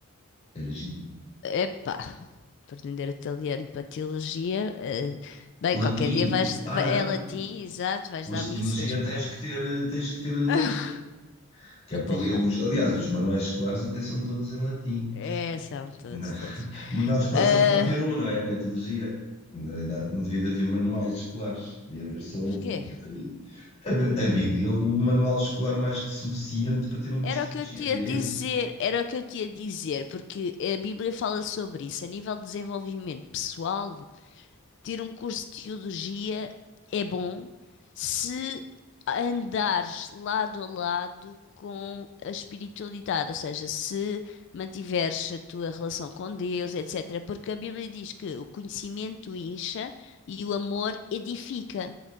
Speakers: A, on the left; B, on the left.
A: era giro.
B: Epá. Aprender italiano para teologia. eh, bem,
A: Latim,
B: qualquer dia vais.
A: ah
B: vai-
A: não,
B: É latim, exato, vais
A: Curso
B: dar missas
A: de biologia
B: para.
A: tens que ter, tens que ter latim.
B: <laughs>
A: Que
B: Não
A: é para,
B: tens
A: ler
B: nada.
A: os- aliás, os manuais escolares até são todos em latim.
B: É, são todos,
A: Na-
B: todos.
A: O manual escolar
B: Ah,
A: só devia haver um, não é? Na teologia. Na realidade, não devia de haver manuais escolares, devia haver só
B: porquê?
A: um. Que é da Bíblia. A Bí-
B: Porquê?
A: a Bíblia é o manual escolar mais que suficiente para ter um curso
B: Era
A: de
B: o
A: teologia,
B: que eu te
A: diria
B: ia dizer,
A: eu.
B: era o que eu te ia dizer, porque a Bíblia fala sobre isso, a nível de desenvolvimento pessoal, ter um curso de teologia é bom se andares lado a lado com a espiritualidade, ou seja, se mantiveres a tua relação com Deus, etc. Porque a Bíblia diz que o conhecimento incha e o amor edifica.